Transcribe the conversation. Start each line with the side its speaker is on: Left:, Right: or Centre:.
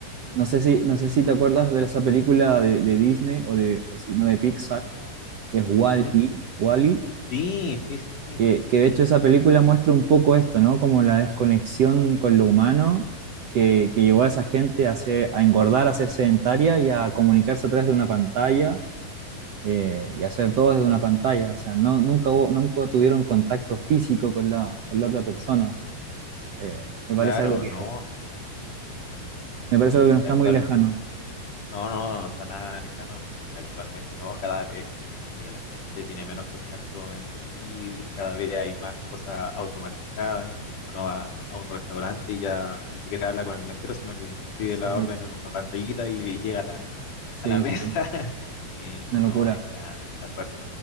Right: no sé si, no sé si te acuerdas de esa película de, de Disney o de, o si no, de Pixar, que es
Left: <laughs>
Right: Wall-E,
Left: Ujú.
Right: wall
Left: Sí, sí, sí, sí.
Right: que, que de hecho esa película muestra un poco esto, ¿no? Como la desconexión con lo humano que, que llevó a esa gente a, ser- a engordar, a ser sedentaria y a comunicarse a través de una pantalla eh, y hacer todo desde una pantalla. O sea, no, nunca, hubo- nunca tuvieron contacto físico con la, con la otra persona. Eh, me parece
Left: Claro,
Right: algo que,
Left: ¿no?
Right: me
Left: Y
Right: parece algo que no está
Left: actual,
Right: muy lejano.
Left: no, no, no está nada lejano. Y actualmente, ¿no? Cada vez eh, la gente tiene menos contacto entre sí, cada vez hay más cosas automatizadas. Uno va a un restaurante y ya ni siquiera habla con el mesero, sino que pide
Right: Sí,
Left: la orden en una pantallita y llega a la,
Right: sí,
Left: a la mesa.
Right: sí,
Left: <laughs> Y
Right: una locura.
Left: no, está, está fuerte.